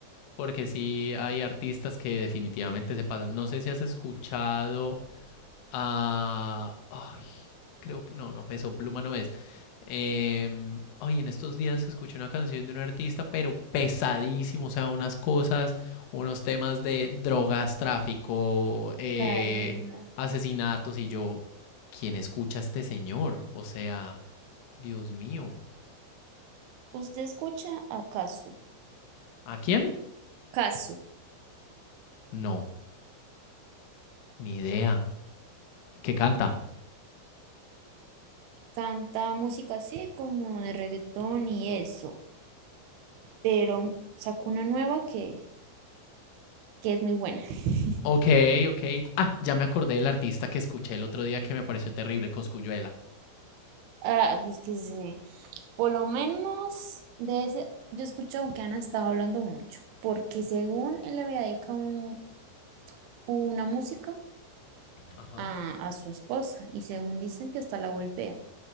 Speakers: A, on the left; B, on the right.
A: porque sí hay artistas que definitivamente se pasan. No sé si has escuchado a... Ay, creo que no, no, Peso Pluma no es. Em, ay, en estos días escuché una canción de un artista, pero pesadísimo, o sea, unas cosas, unos temas de drogas, tráfico, eh,
B: La de-
A: asesinatos, y yo, ¿quién escucha a este señor? O sea, Dios mío.
B: ¿Usted escucha a Kazu?
A: ¿A quién?
B: Kazu.
A: No, ni idea. ¿Qué canta?
B: Canta música así como de reggaetón y eso, pero sacó una nueva que, que es muy buena. <laughs>
A: Ok, ok. Ah, ya me acordé del artista que escuché el otro día que me pareció terrible, Cosculluela.
B: Ah, pues que sí. Por lo menos de ese, yo he escuchado que han estado hablando mucho, porque según él le había dedicado un- una música
A: Ajá.
B: a, a su esposa y según dicen que hasta la golpea.